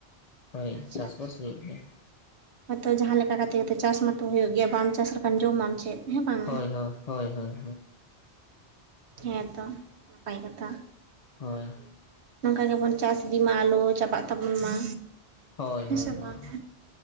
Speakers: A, on the left (about 40°); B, on the right (about 80°).
A: ᱦᱳᱭ
B: ᱟᱪᱪᱷᱟ
A: ᱪᱟᱥ
B: ᱟᱪᱪᱷᱟ
A: ᱵᱟᱥ ᱦᱩᱭᱩᱜ ᱜᱮᱭᱟ᱾
B: ᱦᱚᱭᱛᱚ ᱡᱟᱦᱟᱸ ᱞᱮᱠᱟ ᱠᱟᱛᱮ ᱜᱮ ᱛᱚ ᱪᱟᱥ ᱢᱟᱛᱚ ᱦᱩᱭᱩᱜ ᱜᱮᱭᱟ ᱵᱟᱢ ᱪᱟᱥ ᱞᱮᱠᱷᱟᱱ ᱡᱚᱢᱟᱢ ᱪᱮᱫ? ᱦᱮᱸ ᱵᱟᱝ
A: ᱦᱳᱭ ᱦᱳᱭ, ᱦᱳᱭ ᱦᱳᱭ
B: ᱦᱮᱸᱛᱚ ᱱᱟᱯᱟᱭ ᱠᱟᱛᱷᱟ ᱾
A: ᱦᱳᱭ
B: ᱱᱚᱝᱠᱟ ᱜᱮᱵᱚᱱ ᱪᱟᱥ ᱤᱫᱤ ᱢᱟ ᱟᱞᱚ ᱪᱟᱵᱟᱜ ᱛᱟᱵᱚᱱ ᱢᱟ
A: ᱦᱳᱭ
B: ᱦᱮᱸ
A: ᱦᱳᱭ
B: ᱥᱮ
A: ᱦᱳᱭ
B: ᱵᱟᱝ᱾